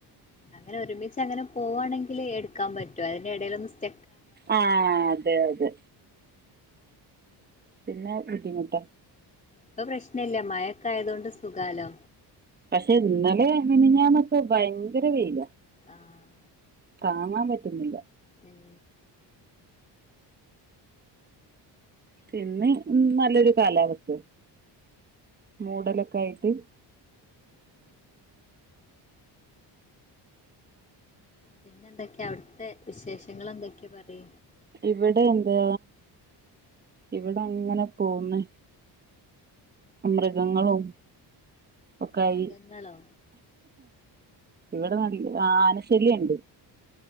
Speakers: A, on the left; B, on the right.
A: അങ്ങനെ ഒരുമിച്ചങ്ങനെ പോവാണെങ്കില് എടുക്കാൻ പറ്റോ അതിന്റെ എടൽ ഒന്ന് സ്റ്റ
B: ആഹ് അതെ അതെ പിന്നെ ബുദ്ധിമുട്ട
A: ഇപ്പൊ പ്രശ്നല്ല മഴക്കായൊതോണ്ട് സുഖാലോ
B: പക്ഷെ ഇന്നലെ മെനഞ്ഞാന്നൊക്കെ ഭയങ്കര വെയ്ലാ
A: ആഹ്
B: കാണാൻ പറ്റുന്നില്ല
A: ഉം
B: പിന്നെ നല്ലൊരു കാലാവസ്ഥ മൂടലൊക്കെ ആയിട്ട്
A: പിന്നെ എന്തൊക്കെയാ അവിടുത്തെ വിശേഷങ്ങൾ എന്തൊക്കെയ പറി
B: ഇവിടെ <unintelligible> എന്താ ഇവിടെ അങ്ങനെ പോന്ന് മൃഗങ്ങളും ഒക്കായി
A: മൃഗങ്ങളോ
B: ഇവിടെ <unintelligible> ആ ആനശല്യണ്ട്